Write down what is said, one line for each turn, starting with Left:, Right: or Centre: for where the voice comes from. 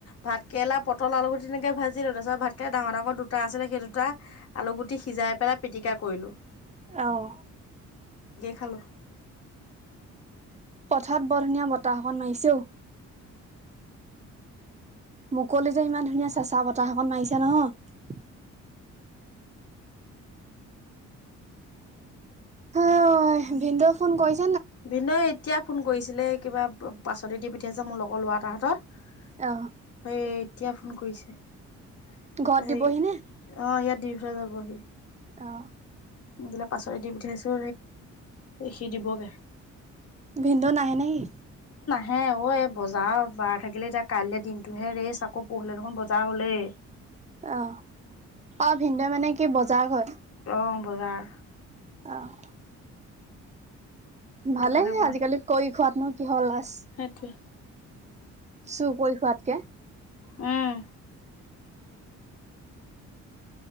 Left: ভাত কেৰেলা পটল আলুুগুটি তেনে। ভাজিলো, তাৰ পিছত ভাতকেৰেলা ডাঙৰ ডাঙৰ দুটা আছিলে। সেই দুটা, আলু গুটি সিজাই পেলাই পিটিকা কৰিলো।
Right: অহ।
Left: খালোঁ।
Right: পথত বৰ ধুনীয়া বতাহ অকণ মাৰিছো মুকলি যে, ইমান ধুনীয়া চেঁচা বতাহকন মাৰিছে নহয়। অ ভিনদেউ ফোন কৈছে
Left: বিনয় এতিয়া ফোন কৰিছিলে কিবা পাচলি দি পঠিয়াইছে, মোৰ লগৰ ল'ৰা এতাৰ হাতত।
Right: অহ,
Left: এই, এতিয়া ফোন কৰিছে। সেই
Right: ঘৰত দিবহি
Left: অ
Right: নে?
Left: ইয়াত দি থৈ যাবহি
Right: অ
Left: দিলে পাচলি দি পঠাইছো সি দিবগে
Right: ভিনদেউ নাহে নে কি
Left: হে অ এ বজাৰ বাৰ থাকিলে এতিয়া কাইলে দিনটোহে ৰেচ আকৌ পৰহিলে দেখোন বজা চাহ হ'লেই।
Right: অ', অ, ভিনদেউ মানে কি বজাৰ কৰে।
Left: অহ, বজাৰ।
Right: অহ
Left: সেইটো
Right: ভালে,
Left: কাৰণে অকমান
Right: আজিকালি কৰি খোৱাতনো কিহৰ লাজ।
Left: সেইটোৱে
Right: চুৰ কৰি খোৱাতকে।
Left: উম।